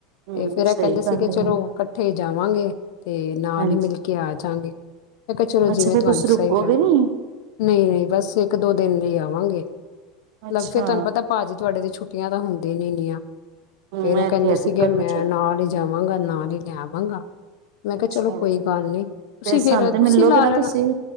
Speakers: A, on the right; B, on the left.
A: ਹਮ
B: ਤੇ ਫਿਰ ਇਹ
A: ਸਹੀ
B: ਕਹਿੰਦੇ ਸੀ
A: ਗੱਲ
B: ਕਿ
A: ਹੈ
B: ਚਲੋ ਇਕੱਠੇ ਜਾਵਾਂਗੇ ਤੇ ਨਾਲ
A: ਹਾਂਜੀ
B: ਹੀ ਮਿਲ ਕੇ ਆ ਜਾਂਗੇ ਮੈਂ ਕਿਹਾ ਚਲੋ
A: ਅੱਛਾ
B: ਜਿਵੇਂ
A: ਫੇਰ
B: ਤੁਹਾਨੂੰ
A: ਤੁਸੀਂ
B: ਸਹੀ
A: ਰੁਕੋਗੇ
B: ਲੱਗਦਾ
A: ਨੀ
B: ਨਹੀਂ ਨਹੀਂ ਬਸ ਇੱਕ ਦੋ ਦਿਨ ਆਵਾਂਗੇ
A: ਅੱਛਾ
B: ਫੇਰ ਤੁਹਾਨੂੰ ਪਤਾ ਭਾਜੀੀ ਤੁਹਾਡੇ ਦੀ ਛੁੱਟੀਆਂ ਤਾਂ ਹੁੰਦੀ ਨੀ ਨੀਆਂ
A: ਹਮ
B: ਫੇਰ ਉਹ
A: ਇਹ
B: ਕਹਿੰਦੇ
A: ਤੇ ਹੈ
B: ਸੀਗੇ
A: ਦਿੱਕਤ
B: ਮੈਂ
A: ਹੋ ਜਾਂਦੀ
B: ਨਾਲ ਹੀ ਜਾਵਾਂਗਾ ਨਾਲ ਹੀ ਲੈ ਆਵਾਂਗਾ ਮੰੰਗਾ ਮੈਂ
A: ਅੱਛਾ
B: ਕਿਹਾ ਚਲੋ ਕੋਈ ਗੱਲ ਨਹੀਂੀ ਤੁਸੀਂ
A: ਤੇ
B: ਫਿਰ
A: ਸਾਨੂੰ ਤੇ
B: ਤੁਸੀਂ
A: ਮਿਲੋਗੇ
B: ਲਾ
A: ਨਾ
B: ਲੈਣਾ
A: ਤੁਸੀਂ